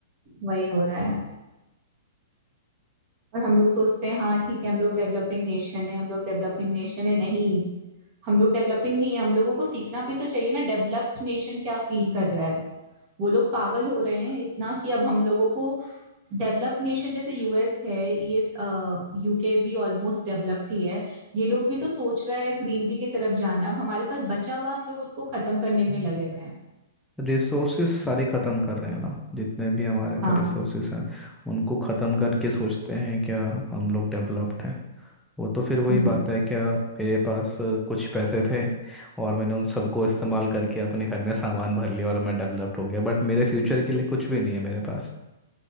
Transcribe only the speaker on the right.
वही हो रहा है और हम लोग सोचते हैं हाँ ठीक है हम लोग डेवलपिंग नेशन है हम लोग डेवलपिंग नेशन है नहीं हम लोग डेवलपिंग नहीं है हम लोगों को सीखना भी तो चाहिए ना डेवलप्ड नेशन क्या फील कर रहा है वो लोग पागल हो रहे हैं इतना कि अब हम लोगों को डेवलप नेशन जैसे यूएस है ये यूके भी ऑलमोस्ट डेवलप्ड ही है ये लोग भी तो सोच रहा है ग्रीन टी की तरफ जाना अब हमारे पास बचा हुआ हम लोग उसको खत्म करने में
लगे हुए हैं
हाँ
हम्म